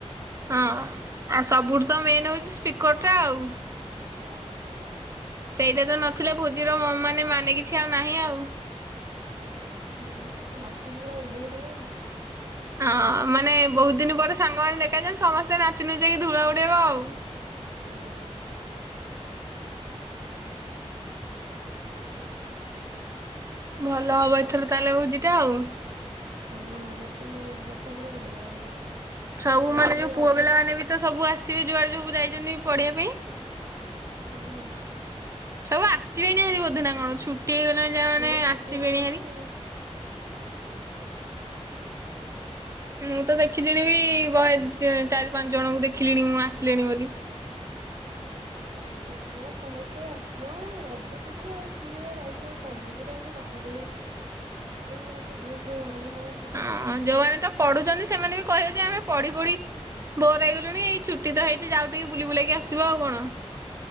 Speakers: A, on the right; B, on the right.
A: ହଁ ଆଉ ସବୁଠୁ ତ ମେନ୍ ହୋଉଛି ସ୍ପିକର ଟା ଆଉ।
B: ହଁ।
A: ସେଇଟା ତ ନଥିଲେ ଭୋଜିର ମ ମାନେ ମାନେ କିଛି ଆଉ ନାହିଁ ଆଉ।
B: ହଁ ନାଚିକି ପୁରା ଉଡେଇଦବ।
A: ହଁ ମାନେ ବହୁତ ଦିନ ପରେ ସାଙ୍ଗମାନେ ଦେଖାଯାନ୍ତି ସମସ୍ତେ ନାଚି ନୁଚକି ଧୂଳା ଉଡେଇବ ଆଉ।
B: ହୁଁ।
A: ଭଲ ହବ ଏଥର ତାହେଲେ ଭୋଜିଟା ଆଉ।
B: ହଁ ଏ ବର୍ଷ ଏ ବର୍ଷ ପୁରା ବଢିଆ ହବ।
A: ସବୁ
B: ଏ ବର୍ଷ
A: ମାନେ
B: ପୁଣି
A: ଯୋଉ ପୁଅ
B: ରଜ
A: ପିଲାମାନେ ବି ତ ସବୁ ଆସିବେ ଯୁଆଡେ ଯୁ ଯାଇଛନ୍ତି ପଢିବା ପାଇଁ।
B: ହୁଁ।
A: ସବୁ ଆସିବେନି ଆଜି ବୋଧେ ନା କଣ ଛୁଟି ହେଇଗଲାଣି ଯାହା
B: ହଁ
A: ମାନେ
B: ଛୁଟି
A: ଆସିବେଣି
B: ହେଇଗଲାଣି
A: ହାରି।
B: ଆଉ।
A: ମୁଁ ତ ଦେଖିଲିଣି ବି ବହେ ଚାରି ପାଞ୍ଚ ଜଣଙ୍କୁ ଦେଖିଲିଣି ମୁଁ ଆସିଲିଣି ବୋଲି।
B: ଓହୋ ହଁ ସମସ୍ତେ ହଁ ରଜ ଛୁଟିରେ ଆଉ କିଏ ବା ରହିବ କଲେଜ୍‌ରେ ଆଉ କିଏ ପାଠ ପଢିବା ମୁଁ କେବେଠୁ ଘରକୁ ମା
A: ହଁ ଯୋଉମାନେ ତ ପଢୁଛନ୍ତି ସେମାନେ ବି କହିବେ ଯେ ଆମେ ପଢ଼ି ପଢ଼ି ବୋର ହେଇଗଲୁଣି ଏଇ ଛୁଟି ତ ହେଇଛି ଯାଉ ଟିକେ ବୁଲି ବୁଲାକି ଆସିବୁ ଆଉ କଣ।